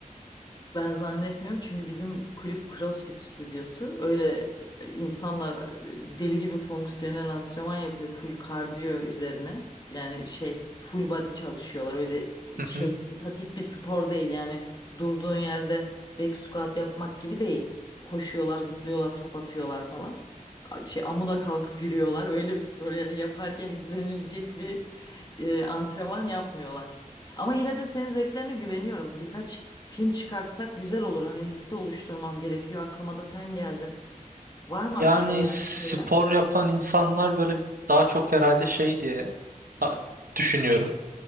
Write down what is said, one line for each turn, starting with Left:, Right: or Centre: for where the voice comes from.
Left: ben zannetmiyorum çünkü bizim kulüp CrossFit stüdyosu. Öyle e, insanlar e, deli gibi fonksiyonel antrenman yapıyor full kardiyo üzerine. Yani şey full body çalışıyorlar. Öyle e,
Right: Hı
Left: şey
Right: hı.
Left: statik bir spor değil. Yani durduğun yerde back squat yapmak gibi değil. Koşuyorlar, zıplıyorlar, top atıyorlar falan. A- Şey amuda kalkıp yürüyorlar. Öyle bir spor yani yaparken izlenilecek bir e, antrenman yapmıyorlar. Ama yine de senin zevklerine güveniyorum. Birkaç Film çıkartsak güzel olur. Hani liste oluşturmam gerekiyor. Aklıma da sen geldin. Var mı
Right: Yani
Left: aklına gelen
Right: spor
Left: bir şeyler?
Right: yapan insanlar böyle daha çok herhalde şey diye ha- düşünüyorum.